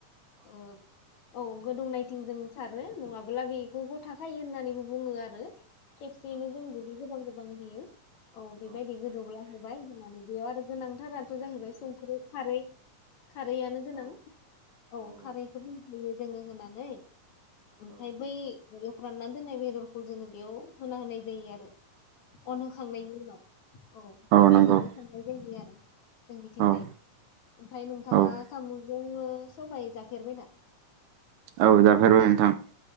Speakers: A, on the left (about 60°); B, on the right (about 75°).
A: अ औ गोदौनायथिं जों सारो नङाब्ला बेखौखौ थाखायो होननानै बो बुंङो आरो। खेसेयनो जों जुदि गोबां गोबां बांयै होयो औ बेबायदि गोदौब्ला होबाय होननानै बेयाव आरो गोनांथाराथ जाहैबाय संख्रि, खारै खारैआनो गोनां औ खारैखौ बुंफैयो। जोंङो होननानै ओमफ्राय बै फ्रानना दोननाय बेदरखौ जोङो बेयाव होना होनाय जायो आरो। अन होखांनायनि उनाव औ बेबायदिनो
B: नंगौ
A: संनाय जायो आरो। जोंनिथिं
B: औ
A: जायबो ओमफ्राय नोंथाङा
B: औ
A: सामु नोंङो सबाय जाफेरबाय दा?
B: औ जाफेरबाय नोंथां।